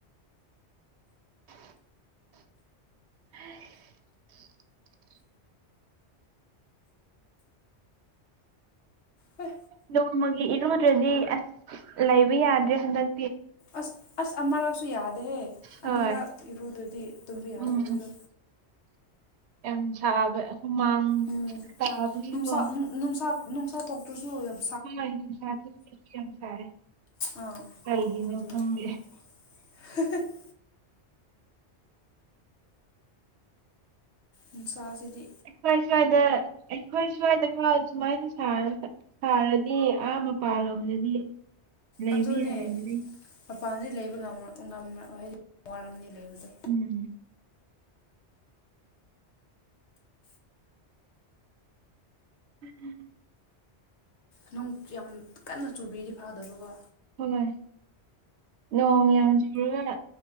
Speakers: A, on the right; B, on the left.
A: ꯍ
B: ꯍ
A: ꯅꯣꯡꯃꯒꯤ ꯏꯔꯨꯗ꯭ꯔꯗꯤ ꯑꯁ ꯂꯩꯕ ꯌꯥꯗ꯭ꯔꯦ ꯍꯟꯗꯛ
B: ꯑꯁ ꯑꯁ ꯑꯃꯔꯥꯁꯨ ꯌꯥꯗꯦꯍꯦ
A: ꯍꯣꯏ
B: ꯑꯅꯤꯔꯛ ꯏꯔꯨꯗꯗꯤ ꯑꯗꯨꯝꯕ
A: ꯎꯝ
B: ꯌꯥꯗꯕꯗꯣ
A: ꯌꯥꯝ ꯁꯥꯕ ꯍꯨꯃꯥꯡ
B: ꯎꯝ
A: ꯇꯕꯒꯤꯀꯣ
B: ꯅꯨꯡꯁꯥ ꯅꯨꯡꯁꯥ ꯅꯨꯡꯁꯥ ꯊꯣꯛꯇ꯭ꯔꯁꯨ ꯌꯝ
A: <unintelligible> ꯁꯥꯏ
B: ꯑꯥ
A: ꯀꯩꯒꯤꯅꯣ
B: ꯑꯗꯨꯅꯦ
A: ꯈꯪꯗꯦ
B: <inaudible> ꯎꯟꯁꯥꯁꯤꯗꯤ
A: ꯑꯩꯈꯣꯏ ꯁ꯭ꯋꯥꯏꯗ ꯑꯩꯈꯣꯏ ꯁ꯭ꯋꯥꯏꯗꯐꯥꯎ ꯁꯨꯃꯥꯏꯅ ꯁꯥꯔ ꯁꯥꯔꯗꯤ ꯑꯥ ꯃꯄꯥꯟꯂꯣꯝꯗꯗꯤ ꯂꯩꯕ
B: ꯑꯗꯨꯅꯦ
A: ꯌꯥꯔꯅꯤ
B: ꯃꯄꯥꯟꯗꯤ ꯂꯩꯕ ꯉꯝꯃꯛ ꯉꯝꯃꯛꯑꯣꯢ ꯍꯥꯏꯗꯤ ꯋꯥꯔꯝꯅꯤ ꯂꯩꯕꯗꯣ
A: ꯎꯝ ꯎꯝ ꯎꯝ
B: ꯅꯨꯡ ꯌꯥꯝ ꯀꯟꯅ ꯆꯨꯕꯤꯔꯤ ꯐꯥꯗꯕꯀꯣ
A: ꯍꯣꯏ ꯅꯣꯡ ꯌꯥꯝꯁꯤꯨꯔꯒ